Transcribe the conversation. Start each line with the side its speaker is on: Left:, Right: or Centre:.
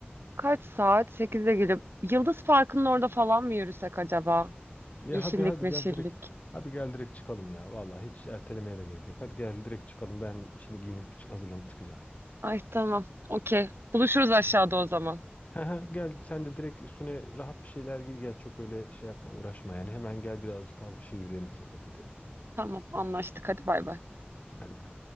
Right: kaç saat? 8'e gelip Yıldız Parkı'nın orada falan mı yürüsek acaba?
Left: Ya
Right: Yeşillik
Left: hadi hadi
Right: meşillik.
Left: gel direkt. Hadi gel direkt çıkalım ya. Vallahi hiç ertelemeye de gerek yok. Hadi gel direkt çıkalım. Ben şimdi giyinip çık- hazırlanıp çıkacağım.
Right: Ay tamam. Okey. Buluşuruz aşağıda o zaman.
Left: He he, gel sen de direkt üstüne rahat bir şeyler giy gel. Çok öyle şey yapma uğraşma yani. Hemen gel birazcık az bir şey yürüyelim sohbet edelim.
Right: Tamam anlaştık. Hadi bay bay.
Left: Hadi bay.